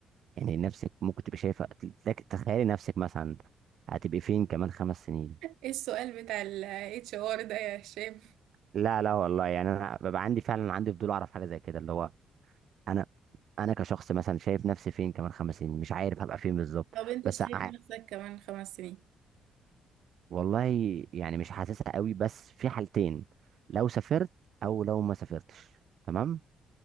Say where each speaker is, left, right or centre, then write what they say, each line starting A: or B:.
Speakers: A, on the right; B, on the right.
A: يعني نفسك ممكن تبقي شايفه لك- تخيلي نفسك مثلا هتبقي فين كمان خمس سنين
B: ايه السؤال بتاع ال HR ده يا هشام
A: لا لا والله يعني انا ببقى عندي فعلا عندي فضول اعرف حاجه زي كده اللي هو انا انا كشخص مثلا شايف نفسي فين كمان خمس سنين مش عارف هبقى فين بالظبط
B: طب انت
A: بس
B: شايف
A: ع-
B: نفسك كمان خمس سنين
A: والله يعني مش حاسسها قوي بس في حالتين لو سافرت او لو ما سافرتش تمام